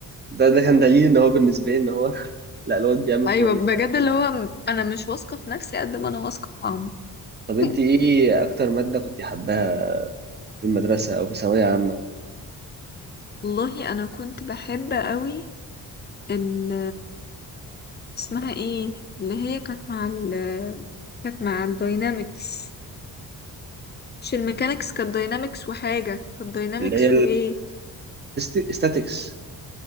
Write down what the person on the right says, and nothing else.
ده ده كان دليل ان هو بالنسبه لي ان هو <laughs> لا الواد بيعمل
كويس
عادي
طب انت
ايه اكتر ماده كنت حباها في المدرسه او في ثانويه عامه
اللي هي
الاستاتيكس